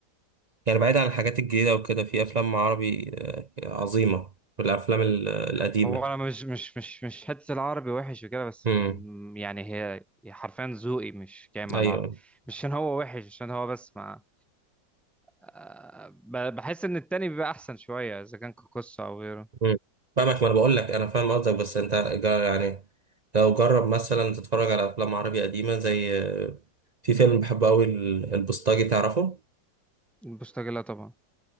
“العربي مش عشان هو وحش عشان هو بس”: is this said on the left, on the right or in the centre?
Centre